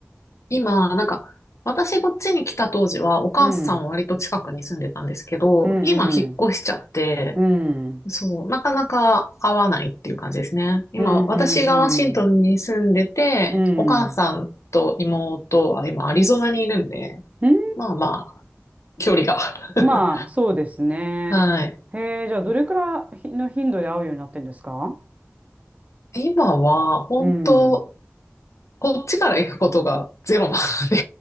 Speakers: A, on the left (about 85°); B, on the right (about 30°).
A: 今、なんか、私こっちに来た当時は、お母さんは割と近くに住んでたんですけど、
B: うん。うんうん。
A: 今引っ越しちゃって、
B: うん。
A: そう、なかなか会わないっていう感じですね。今、
B: うんうんうん。
A: 私がワシントンに住んでて、
B: うん。
A: お母さんと妹は今アリゾナにいるんで、
B: うーん
A: まあまあ、距離が。<laughs>
B: まあ、そうですね。
A: はい。
B: へえ、じゃあ、どれくらいの頻度で会うようになってんですか
A: 今は、本当
B: うん。
A: こっちから行くことがゼロなので